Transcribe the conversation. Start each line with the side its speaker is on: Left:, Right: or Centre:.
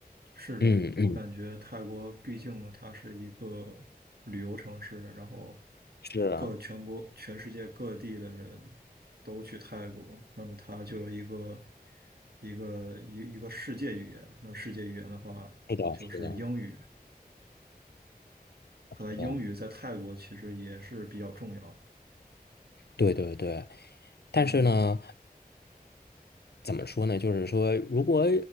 Right: 是的，
Left: 嗯嗯，
Right: 我感觉泰国毕竟它是一个旅游城市，然后
Left: 是，
Right: 各全国、全世界各地的人都去泰国，那么它就有一个一个一一个世界语言。那么世界语言的话，
Left: 是的，
Right: 就是英语。
Left: 是的，
Right: 看来英语在泰国其实也是比较重要。
Left: 是的，对对对。但是呢，
Right: 嗯
Left: 怎么说呢？就是说，如果